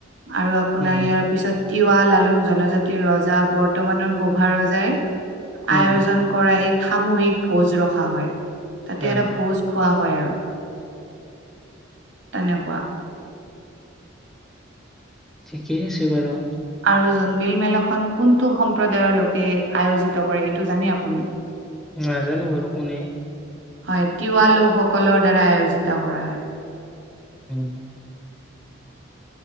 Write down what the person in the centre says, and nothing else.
উম
উম
হয়
ঠিকেই আছে বাৰু।
নাজানো বাৰু কোনে
উম।